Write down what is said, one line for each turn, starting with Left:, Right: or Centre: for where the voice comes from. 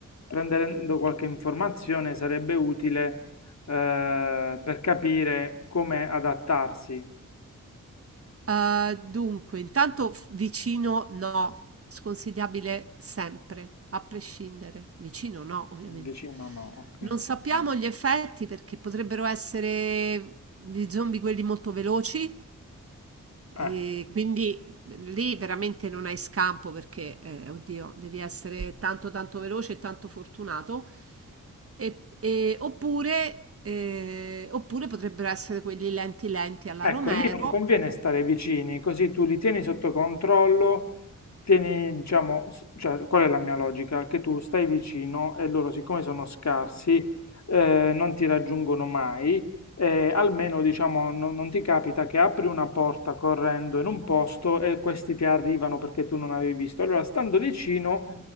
Left: prendendo qualche informazione sarebbe utile eh, per capire come adattarsi.
Right: Uhm, dunque, intanto f vicino no, sconsigliabile sempre, a prescindere. Vicino no, ovviamente.
Left: Vicino no, ok.
Right: Non sappiamo gli effetti perché potrebbero essere gli zombie quelli molto veloci e
Left: Eh.
Right: quindi mm, lì veramente non hai scampo perché, eh, oddio, devi essere tanto tanto veloce e tanto fortunato. E e oppure ehm, oppure potrebbero essere quelli lenti lenti alla
Left: Ecco,
Right: Romero
Left: lì non conviene stare vicini, così tu li tieni sotto controllo, tieni, diciamo, s- cioè, qual è la mia logica? Che tu stai vicino e loro, siccome sono scarsi, eh, non ti raggiungono mai, eh, almeno, diciamo, non, non ti capita che apri una porta correndo in un posto e questi ti arrivano perché tu non avevi visto. Allora, stando vicino,